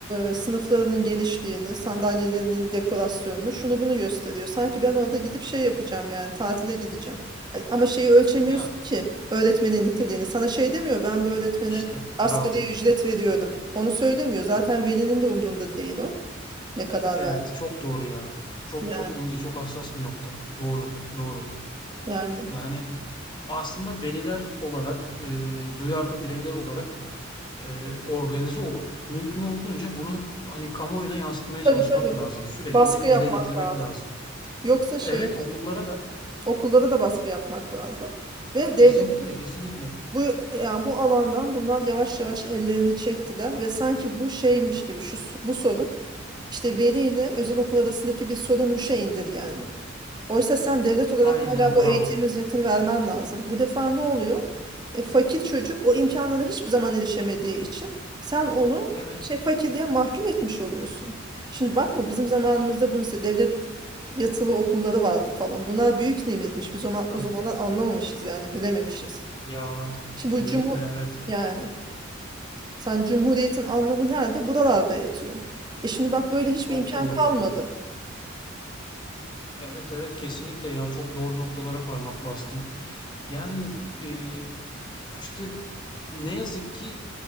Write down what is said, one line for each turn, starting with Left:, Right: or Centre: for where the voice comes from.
Right: e, sınıflarının genişliğini, sandalyelerinin dekorasyonunu, şunu bunu gösteriyor. Sanki ben orada gidip şey yapacağım yani tatile gideceğim. Ay, Ama şeyi ölçemiyorsun
Left: Ya
Right: ki öğretmenin niteliğini. Sana şey demiyor ben bu öğretmene
Left: işte bravo.
Right: asgari ücret veriyorum. Onu söylemiyor. Zaten velinin de umrunda değil o. Ne kadar
Left: Evet
Right: ver.
Left: çok doğru ya. Çok
Right: Yani
Left: çok ince, çok hassas bir nokta. Doğru, doğru.
Right: yani.
Left: Yani aslında veliler olarak, e, duyarlı bireyler olarak e, organize olup mümkün olduğunca bunu hani kamuoyuna yansıtmaya
Right: Tabii
Left: çalışmak
Right: tabii.
Left: lazım. Sürekli
Right: Baskı yapmak
Left: dile getirmek
Right: lazım.
Left: lazım.
Right: Yoksa şey
Left: Evet okullara da
Right: Okullara da baskı yapmak lazım. Ve
Left: kesinlikle
Right: devlet
Left: kesinlikle.
Right: bu yani bu alandan bunlar yavaş yavaş ellerini çektiler ve sanki bu şeymiş gibi şu bu sorun işte veli ile özel okul arasındaki bir sorunmuşa indirgendi. Oysa sen devlet olarak
Left: Aynen
Right: hala
Left: bravo.
Right: bu eğitim hizmetini vermen lazım. Bu defa ne oluyor? E, fakir çocuk o imkanlara hiçbir zaman erişemediği için sen onu
Left: Evet
Right: şey fakirliğe mahkum etmiş oluyorsun. Şimdi bakma bizim zamanımızda bu mesela devlet yatılı okulları vardı falan. Bunlar büyük nimetmiş. Biz o, zaman,
Left: tabii.
Right: o zamanlar anlamamışız yani bilememişiz.
Left: Ya
Right: Şimdi bu
Left: değil
Right: cumhur
Left: mi? Evet.
Right: yani sen cumhuriyetin anlamı nerede? Buralarda yatıyor. E şimdi bak böyle hiçbir
Left: Çok
Right: imkan
Left: doğru
Right: kalmadı.
Left: ya. Evet evet kesinlikle ya. Çok doğru noktalara parmak bastın. Yani e, işte ne yazık ki